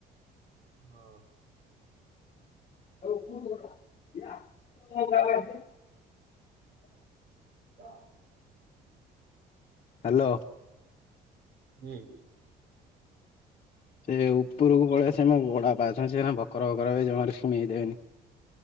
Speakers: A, on the right (about 80°); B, on the left (about 40°).
A: ହଁ
B: ହଉ <unintelligible>
A: ହଁ
B: ହ୍ୟାଲୋ
A: କିଏ
B: ସେ ଉପରକୁ ପଳେଇବା ସେମାନେ ବଡ ବାପା ଅଛନ୍ତି ସେନା ଭକର ଭକର ହେବେ ଜମାରୁ ଶୁଣେଇ ଦେବେନି।